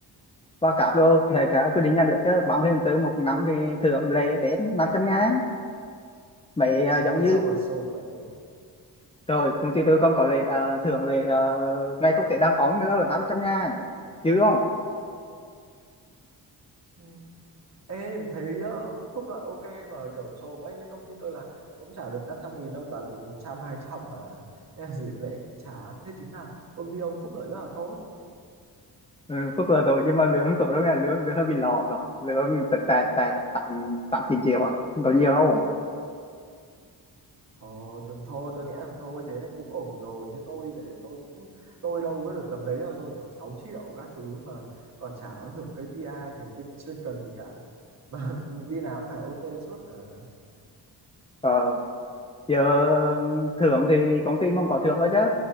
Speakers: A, on the left; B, on the right.
A: và cáp đâu thì phải theo quy định nhà nước chứ 30 tháng 4 một năm thì thưởng lễ Tết 500 ngàn mấy à,
B: ê
A: giống như
B: sao mà sộp vậy
A: rồi công ty tôi còn có lễ à, thưởng lễ à, ngày quốc tế đăng ống nữa là 800 ngàn chứ không
B: Ừ. Ê, thấy ờ, phúc lợi ok mà kiểu sộp ấy như công ty tôi là cũng trả được 500 nghìn đâu toàn được 100 trăm hai trăm mà Thế là dịp lễ cũng chán thế chính là công ty ông phúc lợi rất là tốt
A: ừ, phúc là rồi nhưng mà lương tổ đâu nghe lương lương hơi bị lọ rồi lương tẹt tẹt tẹt tám tám chín triệu à không có nhiều đâu
B: Ồ, thì thôi tôi nghĩ là thôi thế này cũng ổn rồi như tôi thì tôi cũng tôi đâu có được tầm đấy đâu tôi kiểu 6 triệu các thứ mà còn chả có thưởng KPI thưởng chuyên chuyên cần gì cả mà <laughs> đi làm cũng phải OT suốt mà
A: Ờ, giờ thưởng thì công ty mong có thưởng thôi chứ